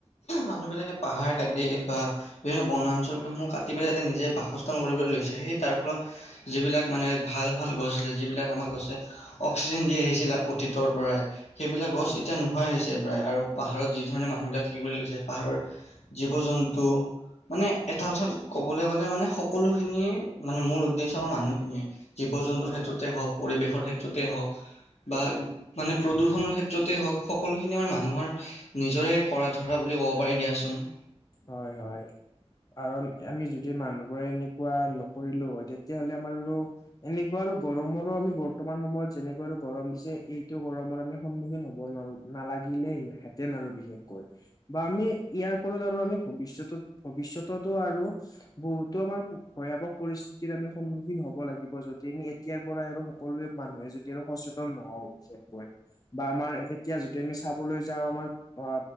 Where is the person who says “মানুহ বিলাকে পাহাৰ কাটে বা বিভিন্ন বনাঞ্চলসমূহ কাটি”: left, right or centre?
Left